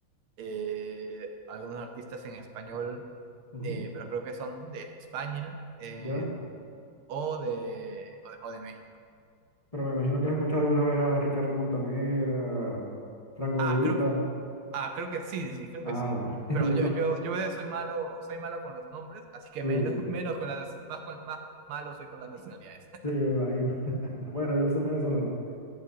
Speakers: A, on the right (about 85°); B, on the left (about 20°).
A: eh, algunos artistas en español,
B: Ujú,
A: eh, pero creo que son de España en-
B: Ya.
A: o de, o de, o de México.
B: Pero me imagino que has escuchado alguna vez a Ricardo Montaner, a Franco
A: Ah,
B: De Vita.
A: creo, ah, creo que sí, sí, sí, creo
B: Ah,
A: que sí.
B: bueno, <laughs> ellos
A: Pero yo,
B: son.
A: yo, yo soy malo, soy malo con los nombres, así que
B: Sí,
A: menos,
B: sí.
A: <laughs> menos con las, más, con, más malo soy con las <laughs> nacionalidades.
B: Sí, me imagino. <laughs> Bueno, ellos son venezolanos.